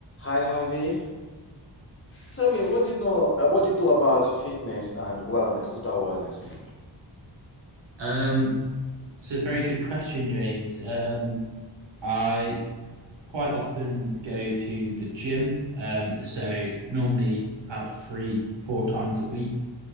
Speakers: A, on the left; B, on the right.
A: Hi, Harvey. Tell me, what do you know? Uh, what do you do about fitness and wellness, total wellness?
B: Um, it's a very good question, James. Um, I quite often go to the gym, um, so normally about three, four times a week.